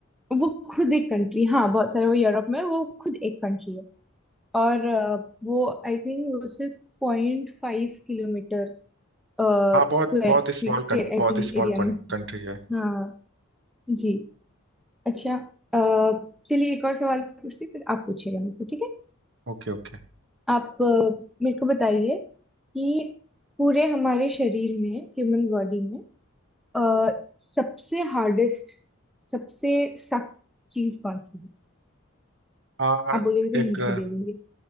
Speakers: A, in the centre; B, on the right (about 55°).
A: वो खुद एक कंट्री हाँ बहुत सारे वो यूरोप में वो खुद एक कंट्री है और अ, वो आई थिंक वो सिर्फ पॉइंट फाइव किलोमीटर स्क्वायर
B: हाँ बहुत बहुत स्मॉल
A: फीट के
B: बहुत
A: आई थिंक
B: स्मॉल
A: एरिया में
B: कंट्री
A: थी।
B: है
A: हाँ जी अच्छा अ, चलिए एक और सवाल पूछती हूँ, फिर आप पूछिएगा मेरे को ठीक है
B: ओके ओके
A: आप अ, मेरे को बताइए कि पूरे हमारे शरीर में ह्यूमन बॉडी में अ, सबसे हार्डेस्ट सबसे सख्त चीज कौन सी है
B: आ
A: आप बोलिए तो
B: एक
A: हिंट
B: अ,
A: भी दे दूंगी